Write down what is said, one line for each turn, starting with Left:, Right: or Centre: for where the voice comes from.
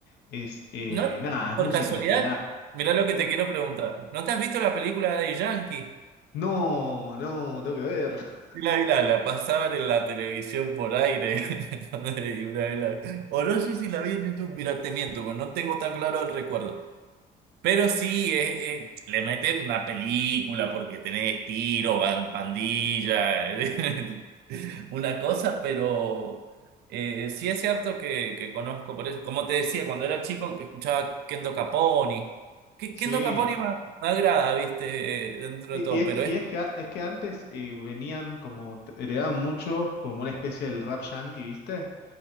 Left: es, eh,
Right: ¿No?
Left: nada, es
Right: Por
Left: música
Right: casualidad,
Left: de pelada,
Right: mirá lo que
Left: ¿eh?
Right: te quiero preguntar. ¿No te has visto la película de Yankee?
Left: No, no, tengo que verlo. <laughs>
Right: La, la, la pasaban en la televisión por aire. <laughs> Y una vez la- O no sé si la vi en YouTube. Mira, te miento, pero no tengo tan claro el recuerdo. Pero sí, es- es- le meten una película porque tenés tiro, van pandilla, <laughs> una cosa, pero eh, sí es cierto que, que conozco, por eso, como te decía, cuando era chico que escuchaba Kendo Caponi. Que
Left: Sí.
Right: Kendo Caponi me, me agrada, viste, eh, dentro
Left: Y,
Right: de todo,
Left: y es
Right: pero
Left: que,
Right: es,
Left: y es que, a- es que antes eh, venían como, te- heredaban mucho como una especie del rap yankee, viste,